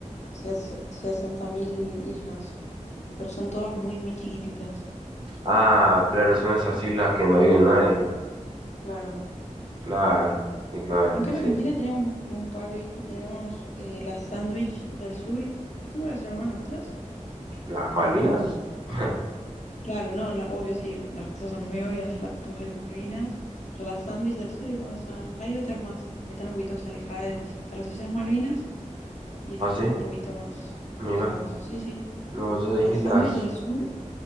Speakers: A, on the left (about 65°); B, on the right (about 40°).
A: sesenta mil islas, pero son todas muy, muy chiquititas.
B: Ah, claro, son esas islas que no vive nadie.
A: Claro.
B: Claro. Y bueno,
A: Acá
B: sí.
A: en Argentina tenemos un un par, ¿viste? Tenemos eh, la sándwich del sur. ¿Y cómo las llamaban las otras?
B: ¿Las
A: No
B: Malvinas?
A: acuerdo ahora.
B: <laughs>
A: Claro, no, la- obvio, sí. las- esas son muy obvias, la- las Malvinas. La sándwich del sur y cómo las llamaban. Hay otras más que están un poquito más alejadas. Están las Islas Malvinas y estas
B: Ah,
A: están
B: sí,
A: un poquito más
B: mira.
A: alejadas. Sí, sí.
B: No, yo dije
A: La sándwich
B: las...
A: del sur